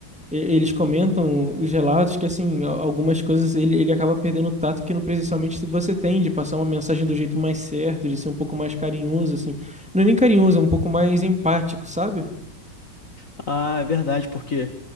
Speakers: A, in the centre; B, on the left.
A: e- eles comentam os relatos que, assim, a- algumas coisas ele, ele acaba perdendo o tato que no presencialmente se você tem, de passar uma mensagem do jeito mais certo, de ser um pouco mais carinhoso, assim. Não é nem carinhoso, é um pouco mais empático, sabe?
B: Ah, é verdade, porque